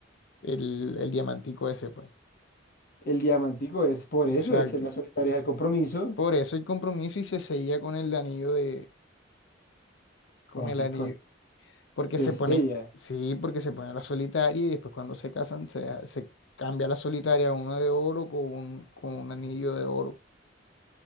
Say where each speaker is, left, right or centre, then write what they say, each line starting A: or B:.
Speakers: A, on the left; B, on the left.
A: el, el diamantico ese, pues.
B: El diamantico es por eso,
A: Exacto.
B: esa es la solitaria, es el compromiso.
A: Por eso el compromiso y se seguía con el anillo de,
B: ¿Cómo
A: con el
B: así?
A: anillo, porque
B: Sí,
A: se
B: sí,
A: ponen,
B: ya.
A: sí, porque se ponen la solitaria y después cuando se casan se, se cambia la solitaria a una de oro con un, con un anillo de oro,